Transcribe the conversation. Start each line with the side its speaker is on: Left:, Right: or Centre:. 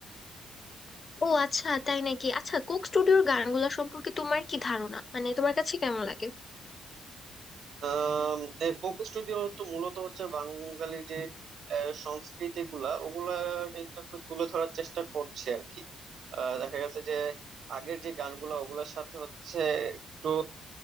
Left: ও আচ্ছা তাই নাকি আচ্ছা কোক স্টুডিওর গানগুলো সম্পর্কে তোমার কি ধারণা মানে তোমার কাছে কেমন লাগে
Right: আহ কোক স্টুডিও তো মূলত হচ্ছে বাঙালির যে আহ, সংস্কৃতি গুলা ওগুলা কিন্তু একটু তুলে ধরার চেষ্টা করছে আর কি আহ, দেখা গেছে যে আগের যে গানগুলো ওগুলোর সাথে হচ্ছে একটু